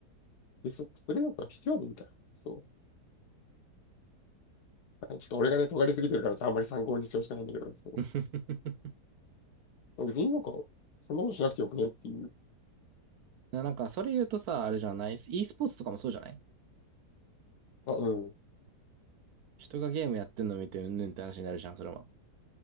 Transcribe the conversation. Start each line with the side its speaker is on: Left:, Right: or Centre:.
Left: で、そ、それなんか必要あるみたいな。そう。ちょっと俺がね、尖りすぎてるから、ちょっとあんまり参考にしてほしくないんだけど、そ
Right: <laughs>
Left: う。別になんか、そんなことしなくてよくねっていう。
Right: ななんか、それ言うとさ、あれじゃない ?e スポーツとかもそうじゃない
Left: あ、うん。
Right: 人がゲームやってんの見てうんぬんって話になるじゃん、それは。